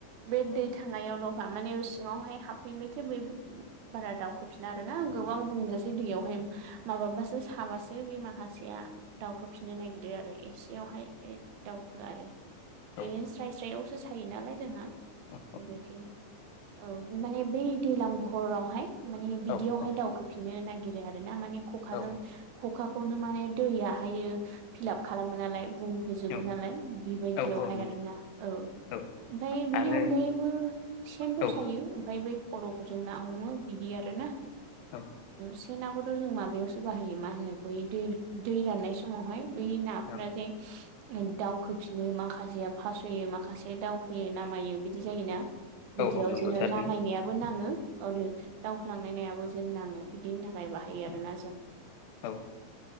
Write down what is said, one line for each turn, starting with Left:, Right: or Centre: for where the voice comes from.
Right: बे दै थांनायावल' माने सिङावहाय हाबफैबाथाय बै बारा दावउखोफिना आरो ना गोबां बुंजासै दैयावहाय माबासो साबासो बे मा माखासेया दाउखो फिननो नागिरो आरो एसेयावहाय दाउखो आरो।
Left: औ
Right: ए स्राय स्रायावसो सायो नालाय जोंहा।
Left: औ
Right: बेखायनो औ माने बै दैज्लां बहरावहाय। माने बिदियावहाय
Left: औ औ
Right: दावखोफिननो नागिरो आरो ना माने खखाजों
Left: औ
Right: खखाखौनो माने दैयाहाय फिलाप खालामो नालाय। बुंहोजोबो
Left: औ
Right: नालाय बेबायदियावहाय
Left: औ औ नंगौ
Right: आरोना ओं।
Left: औ
Right: ओमफ्राय बेनि
Left: आरो
Right: अनगायैबो सेनफोर
Left: औ
Right: सायो ओमफ्राय बै फलक। जों ना हमो बिदि आरो ना
Left: औ
Right: से ना नाखौथ' जों माबायावसो बाहायो मा होनो बै दै दै राननाय समावहाय बै नाफोरा
Left: औ
Right: जे दावखोफिनो माखासेया फास'यो माखासेया दावखोयो नामायो बिदि जायोना। बिदियाव
Left: औ औ नंगौ
Right: जेननो
Left: थारैनो
Right: नामायनायाबो नाङो आरो दावख्लांनाय नायाबो जेन नाङो बिदिनि थाखाय बाहायो
Left: औ
Right: आरोना जों।
Left: औ।